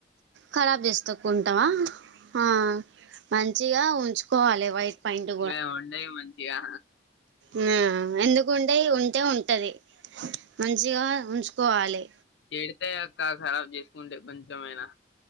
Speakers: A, on the right (about 75°); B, on the left (about 75°).
A: కరాబ్ చేస్తకుంటావా ఆ మంచిగా ఉంచుకోవాలే వైట్ ప్యాంట్
B: గాయి ఉండేయి మంచిగా
A: ఉమ్ ఎందుకుంటాయి ఉంటే ఉంటది మంచిగా ఉంచుకోవాలే
B: చెడితే అక్క ఖరాబ్ చేసుకుంటే కొంచెంమైనా